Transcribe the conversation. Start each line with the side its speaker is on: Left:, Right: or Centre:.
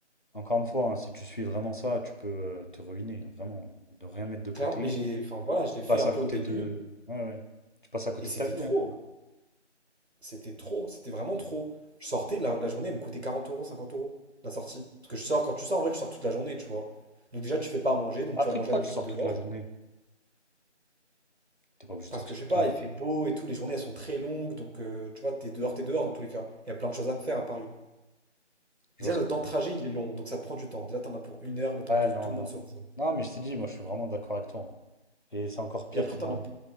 Left: Encore une fois, hein, si tu suis vraiment ça, tu peux euh, te ruiner, hein, vraiment. De rien mettre de côté.
Right: Clairement, mais j'ai, enfin, voilà, je
Left: Tu
Right: l'ai fait
Left: passes
Right: un
Left: à
Right: peu
Left: côté
Right: au début
Left: de. Ouais, ouais. Tu passes à côté
Right: et c'était
Left: de ta vie.
Right: trop.
Left: hein.
Right: C'était trop, c'était vraiment trop. Je sortais, la, la journée, elle me coûtait 40 euros, 50 euros, la sortie. Parce que je sors, quand tu sors, en vrai, tu sors toute la journée, tu vois. Donc, déjà, tu fais pas à manger, donc
Left: Après,
Right: tu vas manger
Left: pourquoi
Right: à midi
Left: tu sors
Right: dehors.
Left: toute la journée? T'es pas obligé
Right: Parce
Left: de sortir
Right: que je sais pas,
Left: tout.
Right: il fait beau et tout, les journées elles sont très longues, donc euh, tu vois, t'es dehors, t'es dehors dans tous les cas. Il y a plein de choses à faire à Paris.
Left: Je
Right: Déjà,
Left: vois ce
Right: le
Left: que.
Right: temps de trajet, il est long, donc ça te prend du temps. Déjà, t'en as pour une heure, le temps
Left: Ouais,
Right: de
Left: non,
Right: tout le
Left: non.
Right: monde se rejoindre.
Left: Non, mais je t'ai dit, moi, je suis vraiment d'accord avec toi. hein. Et c'est encore pire
Right: Et après,
Left: quand,
Right: t'en as pour